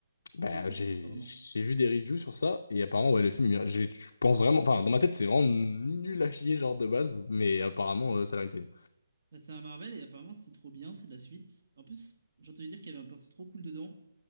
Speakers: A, on the left; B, on the right.
A: Bah,
B: Il est trop
A: j'ai
B: cool, apparemment.
A: j'ai vu des reviews sur ça et apparemment ouais le film il mérite- j'ai- je pense vraiment enfin dans ma tête c'est vraiment nul à chier genre de base mais apparemment euh, ça a l'air insane.
B: Bah, c'est un Marvel, et apparemment, c'est trop bien, c'est de la suite. En plus, j'ai entendu dire qu'il y avait un perso trop cool dedans.